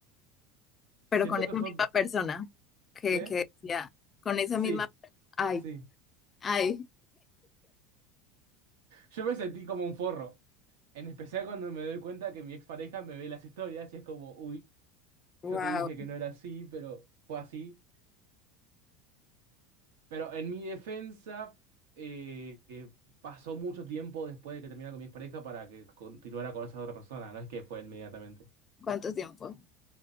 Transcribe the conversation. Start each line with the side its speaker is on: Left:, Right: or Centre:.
Left: pero
Right: Siento
Left: con esa
Right: que fue,
Left: misma persona que,
Right: ¿qué?
Left: que decía, con esa
Right: Sí,
Left: misma... Ay,
Right: sí.
Left: ay,
Right: Yo me sentí como un forro. En especial cuando me doy cuenta que mi expareja me ve las historias y es como, uy,
Left: wow,
Right: yo te dije que no era así, pero fue así. Pero en mi defensa, eh, eh, pasó mucho tiempo después de que terminara con mi expareja para que continuara con esa otra persona, no es que fue inmediatamente.
Left: ¿cuánto tiempo?